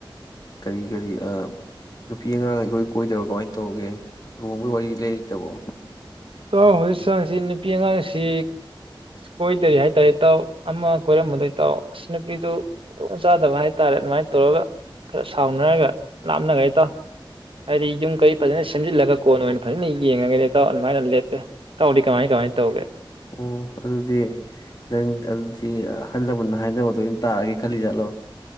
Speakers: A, on the left; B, on the right.
A: ꯀꯔꯤ ꯀꯔꯤ ꯅꯨꯄꯤ ꯑꯉꯥꯡ ꯑꯩꯈꯣꯏ ꯀꯣꯏꯗꯕ ꯀꯃꯥꯏꯅ ꯇꯧꯒꯦ ꯂꯨꯍꯣꯡꯕꯒꯤ ꯋꯥꯔꯤ ꯂꯩꯔꯤꯇꯕꯣ
B: ꯏꯇꯥꯎ ꯍꯧꯖꯤꯛ ꯆꯥꯡꯁꯤ ꯅꯨꯄꯤ ꯑꯉꯥꯡꯁꯤ ꯀꯣꯏꯗꯔꯤ ꯍꯥꯏꯇꯥꯔꯦ ꯏꯇꯥꯎ ꯑꯃ ꯀꯣꯏꯔꯝꯃꯗꯣꯏ ꯇꯥꯎ ꯑꯁ ꯅꯨꯄꯤꯗꯨ ꯈꯨꯗꯣꯡ ꯆꯥꯗꯕ ꯍꯥꯏꯇꯥꯔꯦ ꯑꯗꯨꯃꯥꯏꯅ ꯇꯧꯔꯒ ꯈꯔ ꯁꯥꯎꯅꯔꯒ ꯂꯥꯞꯅꯈꯦ ꯇꯥꯎ ꯍꯥꯏꯗꯤ ꯌꯨꯝ ꯀꯩ ꯐꯖꯅ ꯁꯦꯝꯖꯤꯜꯂꯒ ꯀꯣꯟ ꯑꯣꯏꯅ ꯐꯖꯅ ꯌꯦꯡꯉꯒꯅꯦꯇꯥꯎ ꯀꯃꯥꯏꯅ ꯂꯦꯞꯄꯦ ꯇꯧꯔꯤ ꯀꯃꯥꯏ ꯀꯃꯥꯏꯅ ꯇꯧꯒꯦ
A: ꯑꯣ ꯑꯗꯨꯗꯤ ꯅꯪ ꯑꯗꯨꯗꯤ ꯑꯍꯜ ꯂꯃꯟꯅ ꯍꯥꯏꯅꯕꯗꯣ ꯑ ꯑꯣꯏꯅ ꯇꯥꯔꯒꯦ ꯈꯜꯂꯤ ꯆꯠꯂꯣ